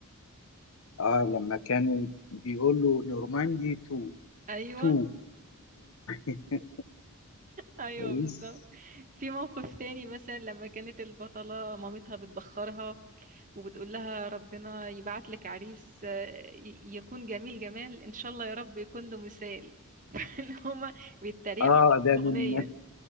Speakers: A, on the left; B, on the right.
A: آه لما كانوا بيقول له نورماندي 2
B: وايوه
A: 2 2
B: ايوه
A: كويس
B: بالظبط في موقف تاني مثلا لما كانت البطلة مامتها بتبخرها وبتقول لها ربنا يبعت لك عريس آه، ي- يكون جميل جمال ان شاء الله يا رب يكون له مثال <laughs> اللي هما بيتريقوا
A: آه
B: في
A: ده
B: الاغنية
A: من